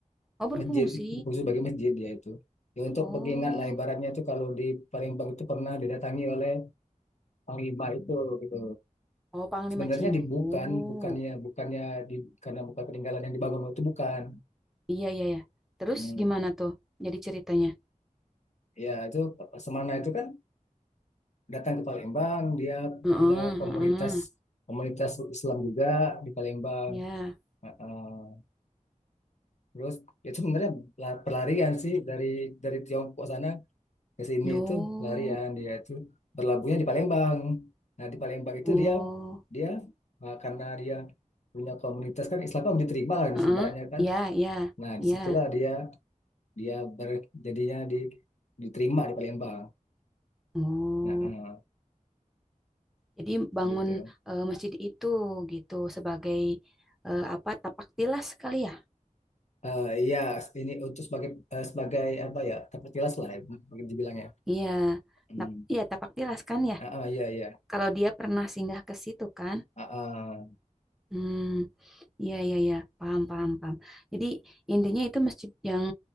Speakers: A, in the centre; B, on the left (about 60°).
A: Oh, berfungsi.
B: masjid berfungsi sebagai masjid ya itu ya untuk
A: Oh,
B: pengingat lah ibaratnya itu kalau di Palembang itu pernah didatangi oleh panglima itu gitu
A: oh Panglima
B: sebenarnya
A: Cinghu.
B: dibukan bukannya bukannya di karena bukan peninggalan yang dibangun itu bukan
A: Iya, iya, ya. Terus
B: Hmm.
A: gimana tuh? Jadi ceritanya.
B: ya itu Semana itu kan datang ke Palembang dia
A: Heeh,
B: punya komunitas
A: heeh.
B: komunitas Islam juga di Palembang
A: Ya.
B: Ah, ah. terus ya itu sebenarnya la- pelarian sih dari dari Tiongkok sana ke sini
A: No.
B: itu larian dia itu berlabuhnya di Palembang. Nah di Palembang itu
A: Oh.
B: dia dia eh, karena dia punya komunitas kan Islam kan diterima lah di
A: Heeh.
B: ibaratnya kan.
A: Ya, ya,
B: Nah
A: ya.
B: disitulah dia dia berjadinya di diterima di Palembang.
A: Oh.
B: Nah eh,
A: Jadi bangun
B: gitu.
A: eh, masjid itu gitu sebagai eh, apa? Tapak tilas kali ya?
B: Eh, Iya ini untuk sebagai eh, sebagai apa ya tempat tilas lah ya, mungkin dibilangnya.
A: Iya.
B: Hmm.
A: Nap- Iya, tapak tilas kan ya.
B: Ah, ah, iya iya.
A: Kalau dia pernah singgah ke situ kan.
B: Ah, ah,
A: Hmm. Iya, iya, iya, paham, paham, paham. Jadi intinya itu masjid yang